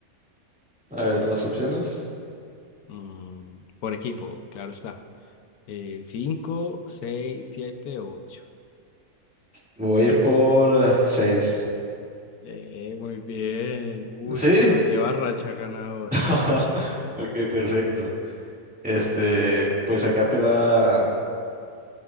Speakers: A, in the centre; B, on the left (about 85°).
A: A ver, las opciones.
B: Mm, por equipo, claro está. Eh, cinco, seis, siete, ocho.
A: Voy a ir por eh, seis.
B: Eh, muy bien. Uy,
A: ¿Sí?
B: pero lleva racha ganadora.
A: <laughs> Ok, perfecto. Este, pues acá te va